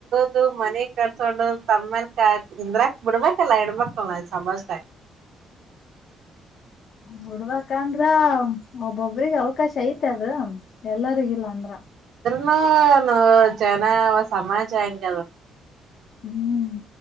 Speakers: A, on the right (about 70°); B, on the left (about 55°).
A: ಒಂದು ಮನೆ ಕಟ್ಕೊಂಡು <unintelligible> ನಿಂದ್ರಾಕ್ ಬಿಡ್ಬೇಕಲ್ಲ ಹೆಣ್ಣಮಕ್ಕಳ್ನ ಸಮಾಜದಾಗ್.
B: ಬಿಡ್ಬೇಕಂದ್ರ ಒಬ್ಬೊಬ್ರಿಗೆ ಅವಕಾಶ ಐತೆ ಅದ್. ಎಲ್ಲರಿಗಿಲ್ಲ ಅಂದ್ರ.
A: ನೋ ನೋ ಜನ ಸಮಾಜ ಹಂಗಲ್.
B: ಹ್ಮ್